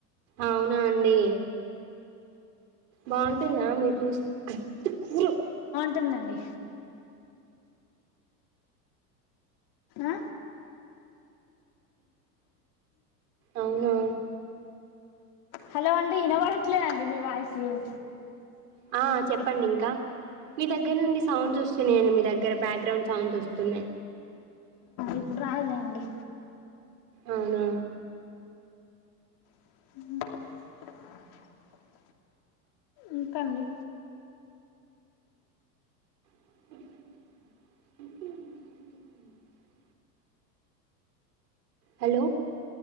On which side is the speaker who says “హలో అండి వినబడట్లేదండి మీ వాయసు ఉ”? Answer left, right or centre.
Left